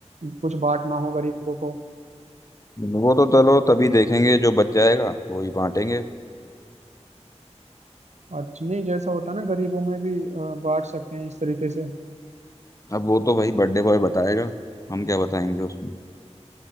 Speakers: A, on the right (about 80°); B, on the left (about 30°).
A: कुछ बांटना हो गरीबों को
B: हम्म, वो तो चलो तभी देखेंगे जो बच जाएगा वो ही बांटेंगे
A: अच्छा नहीं जैसा होता है ना गरीबों में भी अ, बांट सकते हैं इस तरीके से
B: अब वो तो भाई बर्थडे बॉय बताएगा हम क्या बताएंगे उसमें